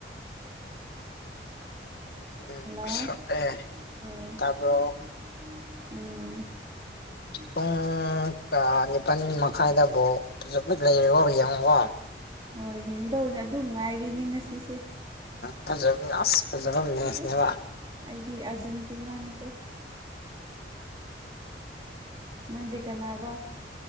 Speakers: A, on the left (about 60°); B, on the right (about 25°).
A: ꯎꯝ
B: ꯍꯜꯂꯣ
A: ꯑꯁ ꯑꯦ
B: ꯎꯝ
A: ꯇꯥꯕ꯭ꯔꯣ
B: ꯎꯝ
A: ꯄꯨꯡ ꯅꯤꯄꯥꯜ ꯃꯈꯥꯏꯗꯐꯥꯎ ꯑꯗꯨꯃꯤꯠ ꯂꯩꯔꯣꯕ ꯌꯦꯡꯉꯨꯀꯣ
B: ꯍꯣꯏ ꯍꯡꯗꯧꯅꯦ ꯑꯗꯨ ꯉꯥꯏꯔꯤꯅꯦ ꯉꯁꯤꯁꯦ
A: ꯐꯖꯕꯅꯦ ꯐꯖꯕ ꯃꯦꯁꯅꯦꯕ
B: ꯑꯩꯁ ꯑꯩꯗꯤ ꯑꯔꯖꯦꯟꯇꯤꯅꯥꯅꯤꯀꯣ ꯅꯪꯗꯤ ꯀꯅꯥꯒ